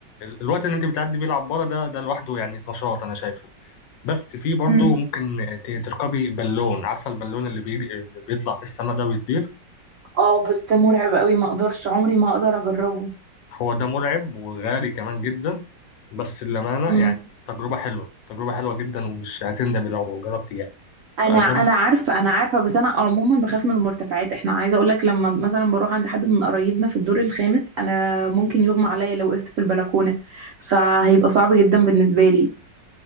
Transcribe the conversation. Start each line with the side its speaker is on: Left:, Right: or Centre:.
Left: الوقت اللي أنت بتعدي بيه العبارة ده ده لوحده يعني نشاط أنا شايفه بس في برضه
Right: مم.
Left: ممكن ت- تركبي بالون عارفة البالون اللي بيجي اللي بيطلع في السماء ده بيطير
Right: اه بس ده مرعب قوي ما اقدرش عمري ما اقدر اجربه
Left: هو ده مرعب وغالي كمان جدا بس للأمانة
Right: مم.
Left: يعني تجربة حلوة تجربة حلوة جدا ومش هتندمي لو جربتي
Right: انا
Left: فده
Right: انا عارفه انا عارفه بس انا عموما بخاف من المرتفعات احنا عايزه اقول لك لما مثلا بروح عند حد من قرايبنا في الدور الخامس انا ممكن يغمى عليا لو وقفت في البلكونه فهيبقى صعب جدا بالنسبه لي